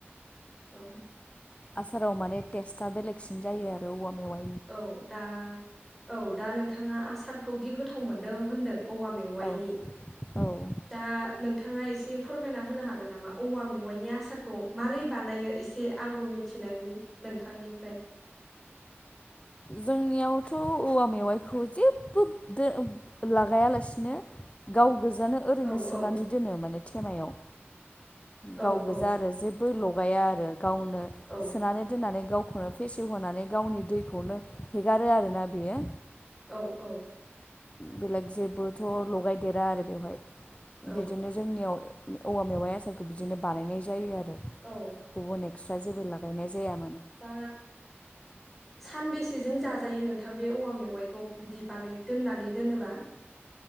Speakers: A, in the centre; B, on the left.
A: औ
B: आसाराव माने टेस्टआ बेलेगसिन जायो आरो औवा मेवाय
A: औ दा औ दा नोंथाङा आसारखौ दि गोथाव मोनदों होनदों औवा मेवाइनि
B: औ औ
A: दा नोंथाङा एसे फोरमायना होनो हागोन नामा औवा मेवाइनि आसारखौ मारै बानायो एसे आंबो मिथिनायनि नोंथांनिफ्राय
B: जोंनियावथ' औवा मेवाइखौ जेबो दो लागायालासिनो गाव गोजानानो ओरैनो
A: औ
B: सोनानै
A: औ
B: दोनो माने थेमायाव
A: औ
B: गाव
A: औ
B: गोजा आरो जे बो लगाया आरो गावनो
A: औ
B: सोनानै दोननानै गावखौनो फेसेव होनोनानै गावनि दैखौनो हेगारो आरोना बियो
A: औ औ
B: बेलेग जेबोथ' लगायदेरा आरो बेवहाय
A: औ
B: बिदिनो जोंनियाव औवा मेवाइ आसारखौ बिदिनो बानायनाय जायो आरो।
A: औ
B: गुबुननि एखस्रा जेबो लागायनाय जाया मा
A: दा सानबेसेजों जाजायो नोंथां बे औवा मेवाइखौ बिदि बानाय दोननानै दोनोबा?